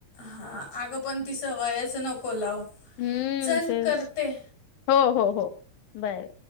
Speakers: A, on the left; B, on the left.
A: हा अगं पण ति सवयच नको <unintelligible>
B: हम्म
A: चल
B: तेच
A: करते.
B: हो हो हो बाय